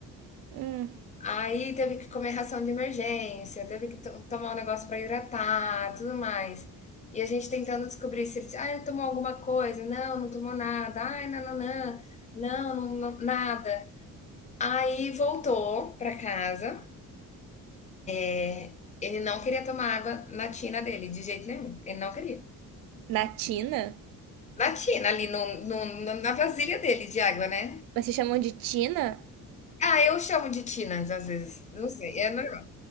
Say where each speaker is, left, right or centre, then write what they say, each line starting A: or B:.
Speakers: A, on the right; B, on the left.
A: hum.
B: Aí teve que comer ração de emergência, teve que to- tomar um negócio para hidratar, tudo mais. E a gente tentando descobrir se ele, ah, ele tomou alguma coisa. Não, não tomou nada. Ai, nananã. Não, não, não, nada. Aí voltou para casa. É, Ele não queria tomar água na tina dele, de jeito nenhum. Ele não queria.
A: Na Tina?
B: Na tina, ali no, no- no- na vasilha dele de água, né?
A: Mas se chamam de Tina?
B: Ah, eu chamo de tinas às vezes. Não sei. É normal.